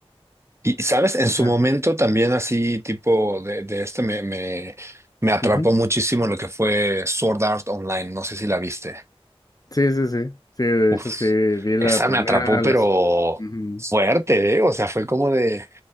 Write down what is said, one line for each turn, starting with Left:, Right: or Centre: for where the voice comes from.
Right: Y, ¿sabes? En
Left: O
Right: su
Left: sea,
Right: momento también así tipo de, de este me, me, me atrapó
Left: Ujú.
Right: muchísimo lo que fue Sword Art Online. No sé si la viste.
Left: Sí, sí, sí. Sí, de
Right: Uf,
Left: hecho sí, vi la
Right: esa
Left: primera,
Right: me atrapó, pero
Left: las... Ujú.
Right: fuerte, ¿eh? O sea, fue como de